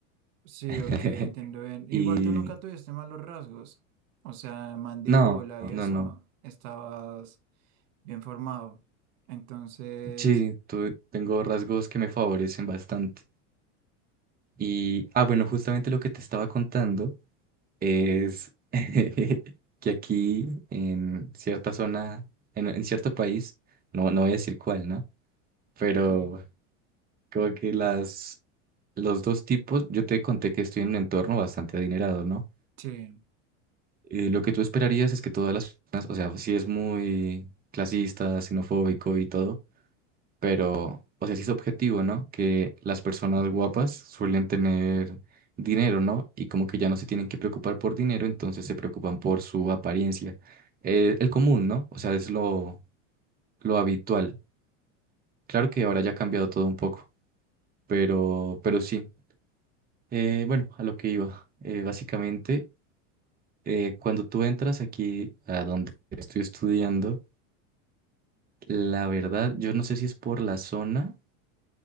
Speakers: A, on the right (about 70°); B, on the right (about 25°).
A: sí,
B: <laughs>
A: ok, entiendo bien.
B: Y
A: Igual tú nunca tuviste malos rasgos, o sea, mandíbula
B: no,
A: y
B: no,
A: eso,
B: no.
A: estabas bien formado. Entonces,
B: Sí, tu- tengo rasgos que me favorecen bastante. Y, ah, bueno, justamente lo que te estaba contando es <laughs> que aquí en cierta zona, en, en cierto país, no, no voy a decir cuál, ¿no? pero
A: ok,
B: como que las, los dos tipos, yo te conté que estoy en un entorno bastante adinerado, ¿no?
A: sí.
B: Eh, lo que tú esperarías es que todas las personas, o sea, sí es muy clasista, xenofóbico y todo, pero, o sea, sí es objetivo, ¿no? Que las personas guapas suelen tener dinero, ¿no? Y como que ya no se tienen que preocupar por dinero, entonces se preocupan por su apariencia. Eh, el común, ¿no? O sea, es lo, lo habitual. Claro que ahora ya ha cambiado todo un poco, pero, pero sí. Eh, bueno, a lo que iba. Eh, básicamente, eh, cuando tú entras aquí a donde estoy estudiando, la verdad, yo no sé si es por la zona,